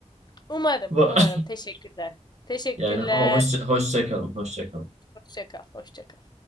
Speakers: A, on the left; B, on the right.
A: Umarım,
B: <laughs>
A: umarım. Teşekkürler. Teşekkürler.
B: Yani ho- hoşça, hoşça kalın, hoşça kalın.
A: Hoşça kal, hoşça kal.